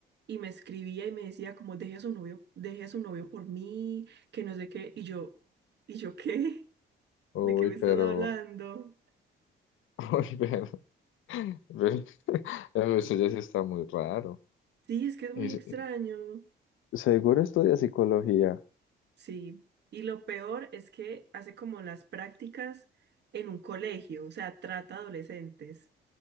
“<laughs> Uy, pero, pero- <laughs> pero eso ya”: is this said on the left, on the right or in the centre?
Left